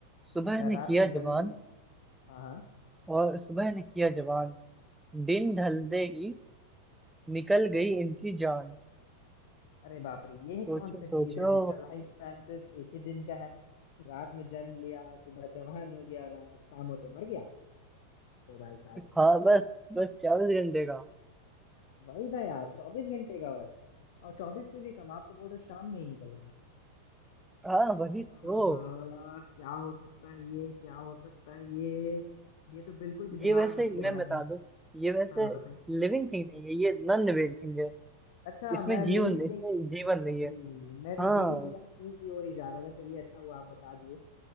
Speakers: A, in the centre; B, on the left.
A: सुबह
B: अच्छा
A: ने
B: रात
A: किया
B: ने
A: जवान
B: जन्म दिया हाँ हाँ
A: और सुबह ने किया जवान दिन ढलते ही निकल गई इनकी जान
B: अरे बाप रे ये
A: सोचो
B: कौन सा चीज
A: सोचो
B: है जिसका लाइफ स्पैन सिर्फ एक ही दिन का है रात में जन्म लिया सुबह जवान हो गया रा- शाम होते मर गया ओ भाई साहब
A: हाँ बस बस चौबीस घंटे का
B: वही ना यार चौबीस घंटे का बस और चौबीस से भी कम आप तो बोल रहे हो शाम में ही निकल गया
A: हाँ वही तो
B: हाँ क्या हो सकता है ये क्या हो सकता है ये ये तो बिल्कुल भी दिमाग
A: ये वैसे
B: में नहीं
A: मैं
B: आ रहा
A: बता
B: है
A: दूं ये वैसे
B: हाँ बताइए
A: लिविंग थिंग नहीं है ये नॉन लिविंग थिंग है
B: अच्छा
A: इसमें
B: मैं
A: जीवन
B: लिविंग
A: इसमें
B: थिंग
A: जीवन नहीं
B: जी
A: है
B: मैं तो
A: हाँ
B: जीवित वस्तुओं की ओर ही जा रहा था चलिए अच्छा हुआ आप बता दिए